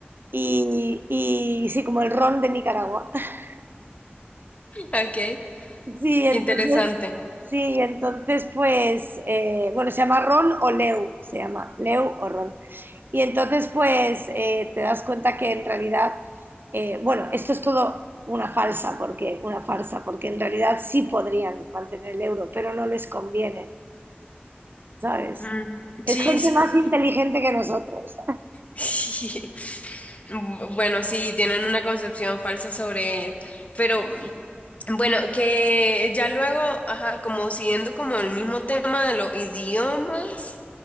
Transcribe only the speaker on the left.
Ok, qué
interesante.
Mm,
sí,
sí.
<laughs> Bu- Bueno, sí, tienen una concepción falsa sobre ella. Pero mm, bueno, que ya luego, ajá, como siguiendo como el mismo tema de los idiomas,